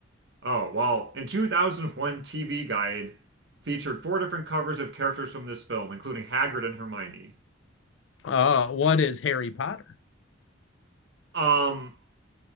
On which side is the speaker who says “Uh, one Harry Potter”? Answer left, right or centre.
Left